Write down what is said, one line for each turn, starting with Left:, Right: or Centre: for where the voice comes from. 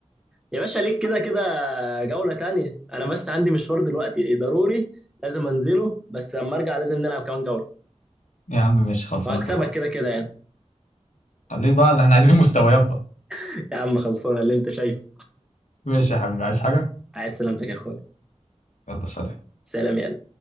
Centre: يا باشا ليك كده كده جولة تانية أنا بس عندي مشوار دلوقتي ضروري لازم أنزله بس لما أرجع لازم نلعب كمان جولة
Left: يا عم ماشي خلاص
Centre: وهكسبك
Left: أنا اتفقنا
Centre: كده كده يعني
Left: خليه بقى اللي إحنا عايزين مستويات بقى
Centre: <laughs> يا عم خلصانة اللي أنت شايفه
Left: ماشي يا حبيبي عايز حاجة
Centre: عايز سلامتك يا أخويا
Left: يلا سلام
Centre: سلام يا